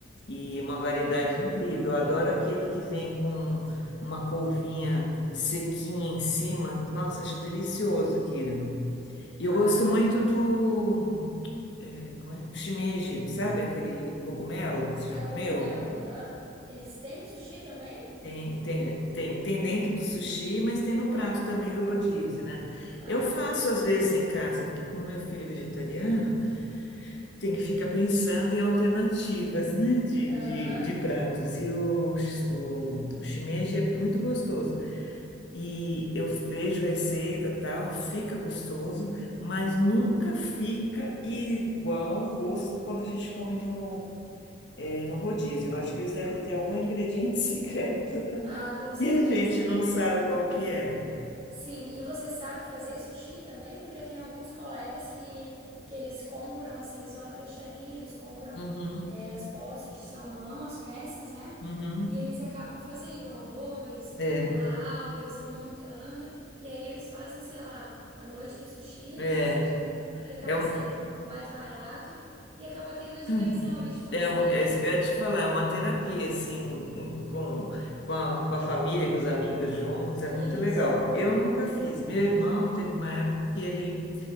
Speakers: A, on the left; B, on the right.
A: E uma variedade incrível. Eu adoro aquele que vem com uma couvinha sequinha em cima. Nossa, acho delicioso, Kira. E
B: Ah,
A: eu gosto
B: eu...
A: muito do é, como é? Shimeji, sabe aquele cogumelo? Você
B: é
A: já comeu?
B: o cogumelo, aham. Eles têm no sushi também?
A: Tem, tem, tem, tem dentro do sushi, mas tem no
B: Olha.
A: prato também do rodízio, né?
B: Ah,
A: Eu faço
B: interessante.
A: às vezes em casa, porque como meu filho é vegetariano, tem que ficar pensando em alternativas, <laughs> né? De,
B: Aham,
A: de, de pratos. E o, o, o shimeji é muito gostoso. E eu vejo receita tal, fica gostoso, mas nunca fica igual o gosto quando a gente come no no rodízio. Eu acho que eles devem ter algum ingrediente secreto
B: Ah,
A: <laughs>
B: com certeza,
A: que a gente não
B: né?
A: sabe qual que é.
B: Sim, e você sabe fazer sushi também? Porque eu tenho alguns colegas que, que eles compram, assim, eles vão na peixaria, eles compram
A: Uhum,
B: é, as poças de salmão, as peças, né?
A: uhum.
B: E eles acabam fazendo o arroz,
A: É,
B: a alga, eles vão montando, e aí eles fazem, sei lá, a noite do sushi, eles
A: é,
B: dizem que, que acaba
A: é, um,
B: saindo mais barato e acaba tendo a diversão
A: <clears throat>
B: ali de fazer,
A: é, um, é
B: né?
A: isso que eu ia te falar, é uma terapia, assim, com, com a, com a família, com os amigos juntos,
B: Isso.
A: é muito legal. Eu nunca fiz. Meu irmão teve uma época que ele